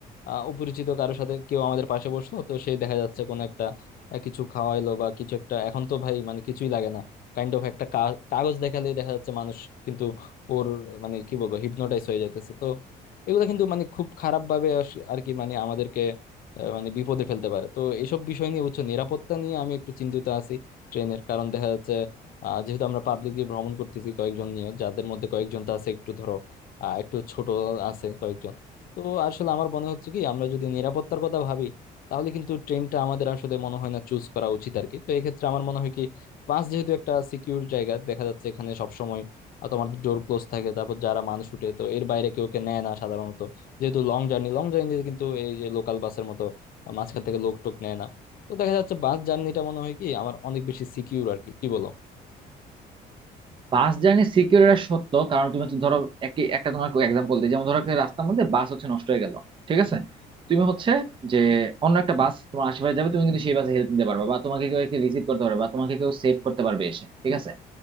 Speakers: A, on the left (about 60°); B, on the right (about 30°).
A: আহ, অপরিচিত কারোর সাথে কেউ আমাদের পাশে বসলো তো সেই দেখা যাচ্ছে কোনো একটা আহ, কিছু খাওয়াইলো বা কিছু একটা এখন তো ভাই মানে কিছুই লাগে না কাইন্ড অফ একটা কা- কাগজ দেখালেই দেখা যাচ্ছে মানুষ কিন্তু ওর মানে কি বলবো হিপনোটাইজ হয়ে যাইতেছে তো এগুলো কিন্তু মানে খুব খারাপ ভাবে আর কি মানে আমাদেরকে আহ, মানে বিপদে ফেলতে পারে তো এইসব বিষয় নিয়ে উচ্চ নিরাপত্তা নিয়ে আমি একটু চিন্তিত আছি ট্রেনের কারণ দেখা যাচ্ছে আহ, যেহেতু আমরা পাবলিকলি ভ্রমণ করতেছি কয়েকজন নিয়ে যাদের মধ্যে কয়েকজন তো আছে একটু ধরো আহ, একটু ছোট আছে কয়েকজন তো আসলে আমার মনে হচ্ছে কি আমরা যদি নিরাপত্তার কথা ভাবি তাহলে কিন্তু ট্রেনটা আমাদের আসলে মনে হয় না চুজ করা উচিত আর কি তো এক্ষেত্রে আমার মনে হয় কি বাস যেহেতু একটা সিকিউর জায়গা দেখা যাচ্ছে এখানে সবসময় আর তোমার ডোর ক্লোজ থাকে তারপর যারা মানুষ উঠে তো এর বাইরে কেউ কে নেয় না সাধারণত যেহেতু লং জার্নি লং জার্নিতে কিন্তু এই যে লোকাল বাসের মতো আহ, মাঝখান থেকে লোক টোক নেয় না তো দেখা যাচ্ছে বাস জার্নিটা মনে হয় কি আমার অনেক বেশি সিকিউর আর কি কি বলো
B: বাস জার্নি সিকিউর এটা সত্য কারণ তুমি হচ্ছে ধরো একই একটা তোমাকে এক্সাম্পল দিই যেমন ধরো একটা রাস্তার মধ্যে বাস হচ্ছে নষ্ট হয়ে গেল ঠিক আছে তুমি হচ্ছে যে অন্য একটা বাস তোমার আশেপাশে যাবে তুমি কিন্তু সেই বাসে হেল্প নিতে পারবে বা তোমাকে কেউ রিসিভ করতে পারবে বা তোমাকে কেউ সেভ করতে পারবে এসে ঠিক আছে